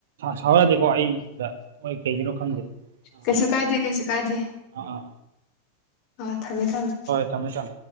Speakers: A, on the right (about 60°); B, on the left (about 45°).
A: ꯁꯥꯎꯔꯛꯗꯤꯀꯣ ꯑꯩꯗ ꯍꯣꯏ ꯀꯩꯒꯤꯅꯣ ꯈꯪꯗꯦ ꯑ
B: ꯀꯩꯁꯨ ꯀꯥꯏꯗꯦ ꯀꯩꯁꯨ ꯀꯥꯏꯗꯦ
A: ꯑ
B: ꯑꯥ ꯊꯝꯃꯦ ꯊꯝꯃꯦ
A: ꯊꯃꯦ ꯊꯪ